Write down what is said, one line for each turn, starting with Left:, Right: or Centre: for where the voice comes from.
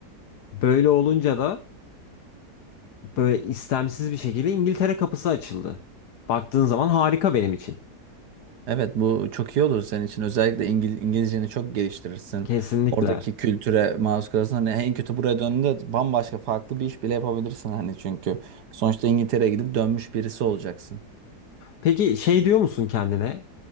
Left: Böyle olunca da böyle istemsiz bir şekilde İngiltere kapısı açıldı. Baktığın zaman harika benim için.
Right: Evet bu çok iyi olur senin için. Özellikle İngil İngilizceni çok geliştirirsin.
Left: Kesinlikle.
Right: Oradaki kültüre maruz kalırsın. Hani en kötü buraya döndüğünde bambaşka farklı bir iş bile yapabilirsin hani çünkü. Sonuçta İngiltere'ye gidip dönmüş birisi olacaksın.
Left: Peki şey diyor musun kendine?